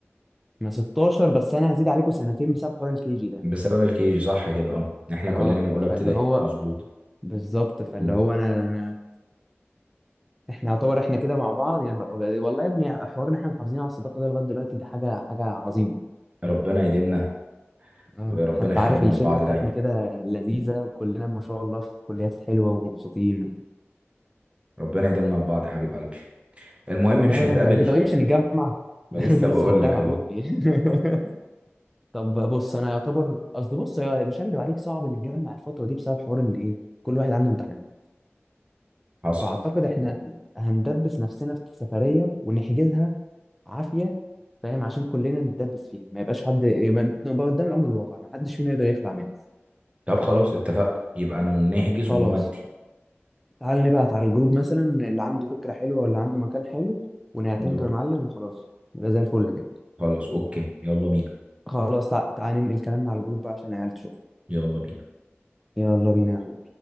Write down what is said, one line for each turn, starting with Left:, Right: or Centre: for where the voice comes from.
Centre: احنا 16 بس انا هزيد عليكم سنتين بسبب حوار الكي جي ده
Right: بسبب الكيجي صح كده اه احنا كلنا
Centre: اه
Right: من اولى ابتدائي
Centre: فاللي هو
Right: مظبوط
Centre: بالظبط فاللي
Right: مم.
Centre: هو انا, أنا احنا يعتبر احنا كده مع بعض يا نهار ابيض والله يا ابني حوار ان احنا محافظين على الصداقه ده لغايه دلوقتي ده حاجه حاجه عظيمه
Right: ربنا يديمنا
Centre: اه
Right: وربنا
Centre: حتى
Right: يخلينا
Centre: عارف الشله
Right: لبعض
Centre: بتاعتنا
Right: دايما
Centre: كده لذيذه وكلنا ما شاء الله في كليات حلوه ومبسوطين
Right: ربنا يديمنا لبعض يا حبيب قلبي المهم مش
Centre: يا
Right: هنتقابل
Centre: رب يا حبيبي طب ايه مش هنتجمع
Right: ولسه
Centre: <laughs> بس
Right: بقول
Centre: خدتها
Right: لك
Centre: من على
Right: اهو
Centre: بقي <laughs> طب بص انا يعتبر قصدي بص يا- مش هكدب عليك صعب نتجمع الفتره دي بسبب حوار ان ايه كل واحد عنده امتحانات
Right: حصل
Centre: فاعتقد احنا هندبس نفسنا في سفريه ونحجزها عافيه فاهم عشان كلنا نتدبس فيها ما يبقاش حد يبقى نبقى قدام الامر الواقع ما حدش فينا يقدر يخلع منها
Right: طب خلاص اتفقنا يبقى نحجز
Centre: خلاص
Right: ونودي
Centre: تعال نبعت على الجروب مثلا اللي عنده فكره حلوه ولا عنده مكان حلو ونعتمده
Right: نروح
Centre: يا معلم وخلاص يبقى زي الفل كده
Right: خلاص اوكي يلا بينا
Centre: خلاص تع- تعال ننقل كلامنا على الجروب بقى عشان العيال تشوف
Right: يلا بينا
Centre: يلا بينا يا حب